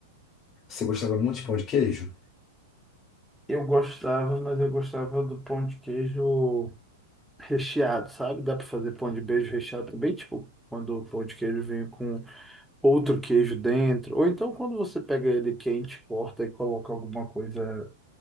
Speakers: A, on the left; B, in the centre.
A: você gostava muito de pão de queijo?
B: Eu gostava, mas eu gostava do pão de queijo recheado, sabe? Dá pra fazer pão de beijo recheado também, tipo, quando o pão de queijo vem com outro queijo dentro, ou então quando você pega ele quente, corta e coloca alguma coisa